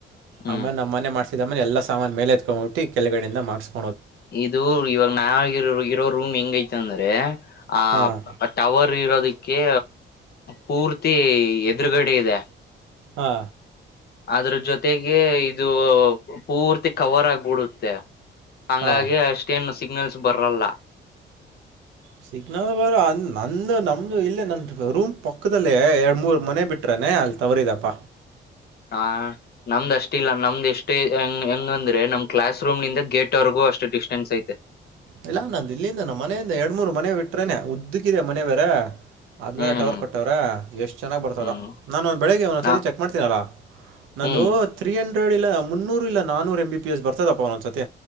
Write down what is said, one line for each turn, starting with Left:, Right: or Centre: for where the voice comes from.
Left: ಹ್ಮ್
Right: ಆಮೇಲೆ ನಮ್ಮನೆ ಮಾಡಸಿದಮ್ಮನೆ ಎಲ್ಲ ಸಾಮಾನ ಮೇಲೆ ಎತ್ಕೊಂಡ್ಬಟ್ಟ ಕೆಳಗಡಿಂದ ಮಾಡ್ಸ್ಕು.
Left: ಇದು ಇವಾಗ ನಾವರೋ ಇರೋ ರೂಮ್ ಹೆಂಗ ೈತ ಅಂದ್ರೆ. ಆ
Right: ಹಾಂ
Left: ಟವರ್ ಇರೋದಿಕ್ಕೆ. ಪೂರ್ತಿ ಎದುರುಗಡೆ ಇದೆ.
Right: ಹಾ.
Left: ಅದ್ರ ಜೊತೆಗೆ ಇದು ಪೂರ್ತಿ ಕವರ್ ಆಗಬಿಡುತ್ತೆ. ಹಂಗಾಗಿ
Right: ಹಾಂ
Left: ಅಷ್ಟೇನು ಸಿಗ್ನಲ್ಸ್ ಬರಲ್ಲ.
Right: ಸಿಗ್ನಲ್ ಬರ ನಂದು ನಮ್ದು ಇಲ್ಲೇ ನನ್ ರೂಮ್ ಪಕ್ಕದಲ್ಲ ಎರಡ್ ಮೂರ್ ಮನೆ ಬಿಟ್ರನೆ. ಹಾಂ ಅಲ್ಲಿ ತವರಿದಪ್ಪ.
Left: ಹ ನಮ್ದ್ ಅಷ್ಟ ಇಲ್ಲ ನಮ್ದ್ ಎಷ್ಟೇಂಗ ಹೆಂಗಂದ್ರೆ ನಮ್ ಕ್ಲಾಸ್ ರೂಮ್ ನಿಿಂದ ಗೇಟ್ವರೆಗೂ. ಅಷ್ಟು ಡಿಸ್ಟೆನ್ಸ್ ಐತೆ.
Right: ಇಲ್ಲಾ ನಾ ಇಿಲ್ಲಿಂದ ನ ಮನೆಯಿಂದ ಎರಡ್್ಮ ಮೂರ್ ಮನೆ ಬಿಟ್ರೇನೆ ಉದ್ದಕ್ಕಿದೆ ಮನೆ ಬೇರೆ. ಆದದ್ಮೇಲೆ
Left: ಹ್ಮ್
Right: ಟವರ್ ಕೊಟ್ಟವ್ರ ಎಷ್ಟು. ಚೆನ್ನಾಗಿ ಬರ್ತದ
Left: ಹ್ಮ್
Right: ನಾನು ಒಂದು ಬೆಳಗ್ಗೆ ಒಂದು
Left: ನಾ
Right: ಸರ್ತಿ ಚೆಕ್ ಮಾಡ್ತೀನಲ್ಲ ನನ್ನದು
Left: ಹ್ಮ್
Right: ತ್ರೀ ಹಂಡ. ರಡ್ ಇಲ್ಲ ಮುನ್ನೂರು ಇಲ್ಲ ನಾನೂರು ಎಂ ಬಿ ಎಸ್ ಬರ್ತದಪ್ಪ ಒಂದಸತಿ.